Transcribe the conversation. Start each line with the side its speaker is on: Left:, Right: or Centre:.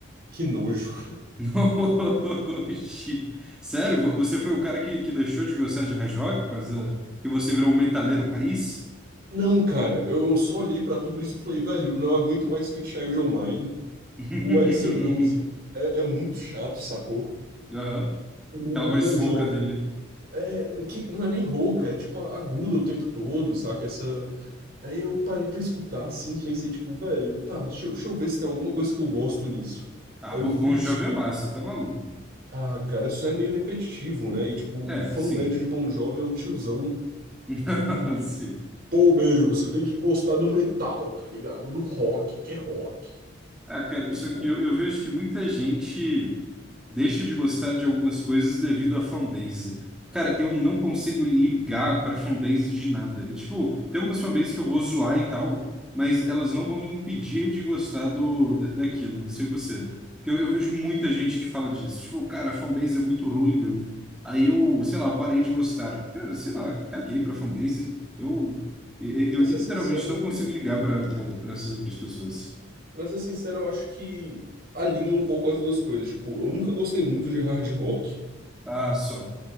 Right: que nojo.
Centre: <laughs> Oxi. Sério, vo- você foi o cara que, que deixou de gostar de hard rock por causa que você virou um metaleiro raiz?
Right: Não, cara, eu, eu só olhei pra tudo isso e falei, velho, não aguento mais Sweet Child O' Mine.
Centre: <laughs>
Right: O Axl Rose é, é muito chato, sacou?
Centre: Aham.
Right: O,
Centre: Aquela voz
Right: o Bon
Centre: rouca
Right: Jovi
Centre: dele.
Right: é, que não é nem rouca, é tipo aguda o tempo todo, saca? Essa. Aí eu parei pra escutar assim, pensei, tipo, velho, tá, deixa, eu- deixa eu ver se tem alguma coisa que eu gosto nisso.
Centre: Ah,
Right: Aí
Centre: Bon
Right: eu fui.
Centre: Bon
Right: es-
Centre: Jovi é massa, tá maluco.
Right: Ah, cara, isso é meio repetitivo, né? E tipo,
Centre: É,
Right: o fã
Centre: sim.
Right: médio de Bon Jovi é o tiozão.
Centre: <laughs>
Right: que
Centre: Sim.
Right: Pô, meu, você tem que gostar do metal, tá ligado? Do rock, que é rock.
Centre: Ah, cara,
Right: Aí,
Centre: isso-
Right: tipo,
Centre: eu, eu vejo que muita gente deixa de gostar de algumas coisas devido à fanbase. Cara, eu não consigo ligar pra fanbase de nada. É, tipo, tem algumas fanbases que eu vou zoar e tal, mas elas não vão me impedir de gostar do, da- daquilo. Não sei você. Eu, eu vejo muita gente que fala disso. Tipo, cara, a fanbase é muito ruim, meu. Aí eu, sei lá, parei de gostar. Cara, sei lá, caguei pra fanbase. Eu, eu, eu
Right: pra
Centre: literalmente
Right: ser sincero,
Centre: não consigo ligar pra pra- pra essas outras pessoas.
Right: pra ser sincero, eu acho que alinha um pouco as duas coisas. Tipo, eu nunca gostei muito de hard rock
Centre: Ah, só.